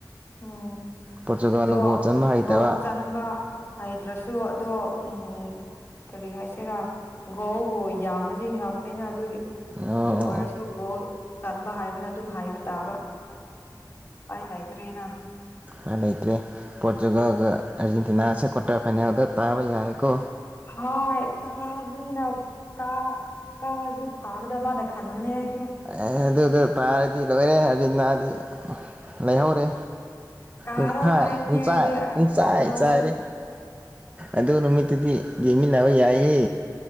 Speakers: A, on the left (about 30°); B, on the right (about 20°).
A: ꯎꯝ
B: ꯄꯣꯔꯇꯨꯒꯥꯜꯅ
A: ꯑꯗꯣ
B: ꯒꯣꯜ ꯆꯟꯕ ꯍꯩꯇꯕ
A: ꯒꯣꯜ ꯆꯟꯕ ꯍꯩꯇ꯭ꯔꯁꯨ ꯑꯗꯣ ꯎꯝ ꯀꯔꯤ ꯍꯥꯏꯁꯤꯔꯥ ꯒꯣꯜꯕꯨ ꯌꯥꯝꯔꯗꯤ ꯉꯝꯃꯦꯅ ꯑꯗꯨꯏ
B: ꯎꯝ
A: ꯗꯨꯑꯣꯏꯔꯁꯨ
B: ꯎꯝ
A: ꯒꯣꯜ ꯆꯟꯕ ꯍꯥꯏꯕꯅ ꯑꯗꯨꯝ ꯍꯥꯏꯕ ꯇꯥꯕ ꯄꯥꯏ ꯂꯩꯇ꯭ꯔꯦꯅ
B: ꯍ ꯂꯩꯇ꯭ꯔꯦ ꯄꯣꯔꯇꯨꯒꯜꯒ ꯑꯔꯖꯦꯟꯇꯤꯅꯥꯁꯦ ꯀ꯭ꯋꯥꯇꯔ ꯐꯥꯏꯅꯦꯜꯗ ꯇꯥꯕ ꯌꯥꯏꯌꯦꯀꯣ꯫
A: ꯍꯣꯏ <unintelligible> ꯀꯥ ꯀꯥꯔꯗꯤ ꯐꯥꯒꯗꯕꯥꯅ ꯈꯟꯕꯅꯦ ꯑꯩꯁꯨ
B: ꯑꯍꯦ ꯑꯗꯨꯗ ꯇꯥꯔꯗꯤ ꯂꯣꯏꯔꯦ ꯑꯔꯖꯦꯟꯇꯤꯅꯥꯗꯤ ꯂꯩꯍꯧꯔꯦ꯫
A: ꯀꯥꯔꯣ
B: ꯎꯝꯍꯥꯏ
A: ꯍꯥꯏꯕꯅꯦ
B: ꯄꯨꯡꯆꯥꯏ-ꯄꯨꯡꯆꯥꯏ
A: ꯑꯩꯗꯤ ꯄꯣꯔꯇꯨꯒꯥꯜꯁꯨ
B: ꯆꯥꯏꯔꯦꯍꯦ꯫ ꯑꯗꯨ ꯅꯨꯃꯤꯠꯇꯨꯗꯤ ꯌꯦꯡꯃꯤꯟꯅꯕ ꯌꯥꯏꯍꯦ꯫